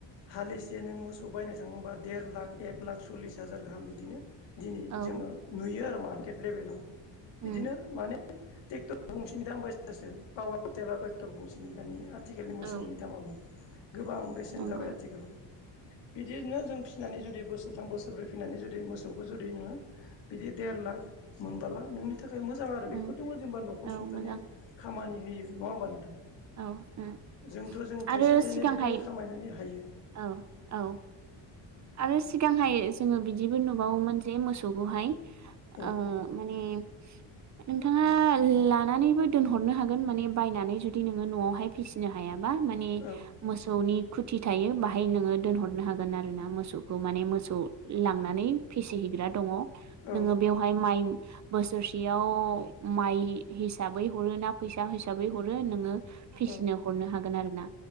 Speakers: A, on the left (about 75°); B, on the right (about 40°).
A: हालिसे नों मोसौ बायनो थाङोबा देर लाख एक लाख सल्लिस हाजार गाहाम बिदिनो दिनै
B: औ
A: जोङो नुयो आरो मार्केट लेभेलाव।
B: उम
A: बिदिनो माने ट्रेक्टर गंसेनि दाम बायसिसो पावार टेलाव ट्रेक्टर गंसेनि दानि आथिखालनि मोसौनि
B: औ
A: दामाबो गोबां बेसेन
B: नंगौ
A: जाबाय आथिखालाव। बिदिनो जों फिसिनानै जुदि बोसोरथाम बोसोरब्रै फिनानै जुदि मोसौखौ जुदि नोङो बिदि देर लाख मोनबोला नोंनि थाखाय मोजां। आरो
B: उम
A: बेफोरजों जेनेबा न'खर
B: औ
A: सुंथानायाव
B: मोजां
A: खामानि होयो नङा होमबा नोंथां?
B: औ उम
A: जोंथ' जों
B: आरो
A: थाइसे थाइनै
B: सिगांहाय
A: बिदिनो खामायनानै हायो
B: औ औ आरो सिगांहाय जोङो बिदि बिदि नुबावोमोन जे मोसौखौहाय
A: औ
B: ओ माने
A: <inaudible>
B: नोंथाङा लानानैबो दोनहरनो हागोन। माने बायनानै जुदि नोङो न'आवहाय फिसिनो हाया। बा माने
A: औ
B: मोसौनि खुथि थायो। बेहाय‌ नोंङो दोनहरनो हागोन आरो नों मोस मोसौखौ माने। मोसौ लांनानै फिसिहैग्रा दङ।
A: औ
B: नोङो बेवहाय माइ बोसोरसेयाव माइ हिसाबै हरो ना फैसा हिसाबै हरो नोङो फिसिनो
A: औ
B: हरनो हागोन आरो ना।